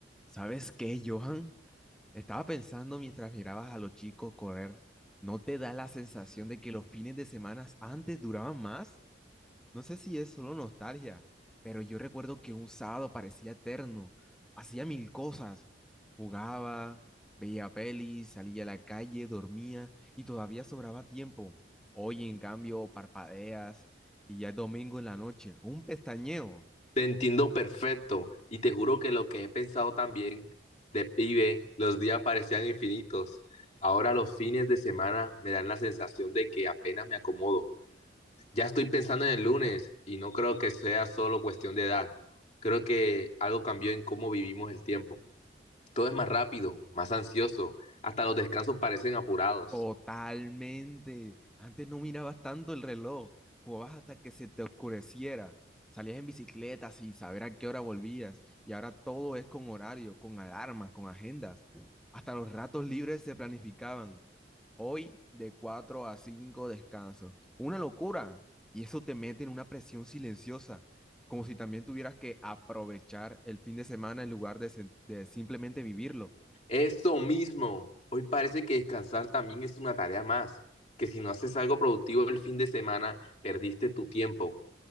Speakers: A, in the centre; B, on the left.
A: ¿Sabes qué, Johan? Estaba pensando mientras mirabas a los chicos correr, ¿no te da la sensación de que los fines de semana antes duraban más? No sé si es solo nostalgia, pero yo recuerdo que un sábado parecía eterno, hacía mil cosas, jugaba, veía pelis, salía a la calle, dormía y todavía sobraba tiempo. Hoy, en cambio, parpadeas y ya es domingo en la noche, un pestañeo.
B: Te entiendo perfecto y te juro que lo que he pensado también de pibe, los días parecían infinitos. Ahora los fines de semana me dan la sensación de que apenas me acomodo. Ya estoy pensando en el lunes y no creo que sea solo cuestión de edad. Creo que algo cambió en cómo vivimos el tiempo. Todo es más rápido, más ansioso, hasta los descansos parecen apurados.
A: Totalmente. Antes no mirabas tanto el reloj, jugabas hasta que se te oscureciera. Salías en bicicleta sin saber a qué hora volvías y ahora todo es con horario, con alarmas, con agendas. Hasta los ratos libres se planificaban. Hoy de 4 a 5 descanso. Una locura. Y eso te mete en una presión silenciosa, como si también tuvieras que aprovechar el fin de semana en lugar de, sen- de simplemente vivirlo.
B: Eso mismo. Hoy parece que descansar también es una tarea más, que si no haces algo productivo el fin de semana, perdiste tu tiempo.